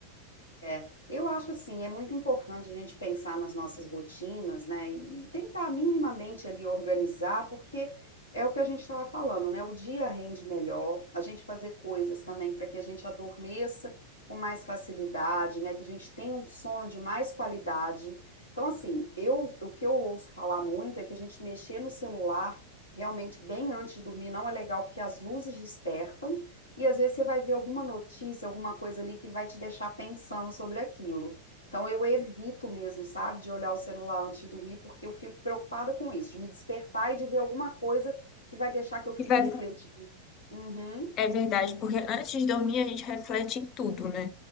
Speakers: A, on the left; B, on the left.
A: É, eu acho assim, é muito importante a gente pensar nas nossas rotinas, né, e, e tentar minimamente ali organizar, porque é o que a gente estava falando, né, o dia rende melhor, a gente fazer coisas também para que a gente adormeça com mais facilidade, né, que a gente tenha um sono de mais qualidade. Então, assim, eu, o que eu ouço falar muito é que a gente mexer no celular realmente bem antes de dormir não é legal, porque as luzes despertam, e às vezes você vai ver alguma notícia, alguma coisa ali que vai te deixar pensando sobre aquilo. Então eu evito mesmo, sabe, de olhar o celular antes de dormir, porque eu fico preocupada com isso, de me despertar e de ver alguma coisa que vai deixar que eu fique
B: E vai...
A: refletindo. Uhum.
B: É verdade, porque antes de dormir, a gente reflete em tudo, né?